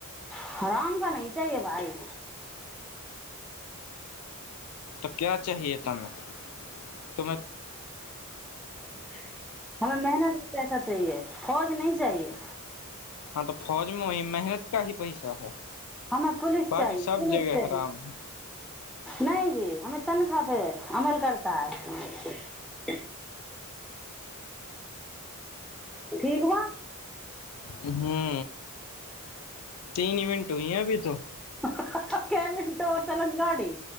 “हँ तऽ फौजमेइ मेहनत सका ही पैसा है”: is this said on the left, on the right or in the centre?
Left